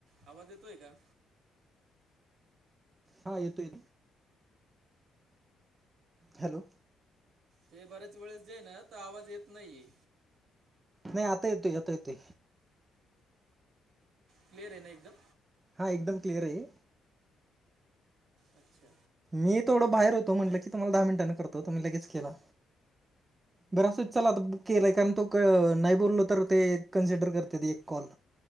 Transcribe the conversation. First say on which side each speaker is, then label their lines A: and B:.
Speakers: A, on the right; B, on the right.
A: आवाज येतोय का.
B: हा येतोय. हॅलो.
A: ते बर्याच वेळेस जाई ना तर आवाज येत नाहीे.
B: नाही आता येतोय आता येतोय.
A: क्लियर आहे, ना एकदम.
B: हां एकदम क्लिअर आहे.
A: अच्छा
B: मी थोडं बाहेर होतो म्हटलं
A: काय
B: की तुम्हाला दहा मिनिटांं करतो तुम्ही लगेच केला. बरं असुदे चल आता केला कारण तो नाही बोलल तर ते कन्सिडर करते ती एक कॉल.